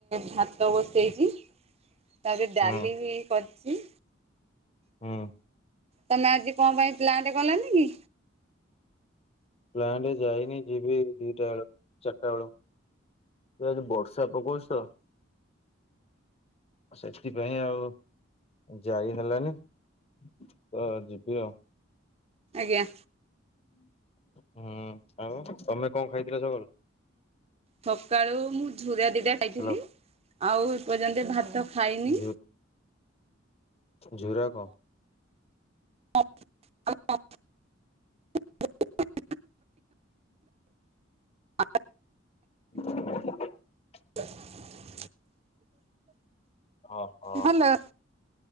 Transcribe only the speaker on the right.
ଭାତ ବସେଇଚି ତାପରେ ଡାଲି
ବି କରି କି?
ତମେ ଆଜି କଣ ପାଇଁ ପ୍ଲାଣ୍ଟ ଗଲନି କି?
ଆଜ୍ଞା।
ସକାଳୁ ମୁଁ ଝୁରିଆ ଦିଟା ଖାଇଥିଲି।
ଆଉ ଏପର୍ଯ୍ୟନ୍ତ ଭାତ ଖାଇନି।
ହ <unintelligible> ଆଉ
<inaudible>
ହାଲୋ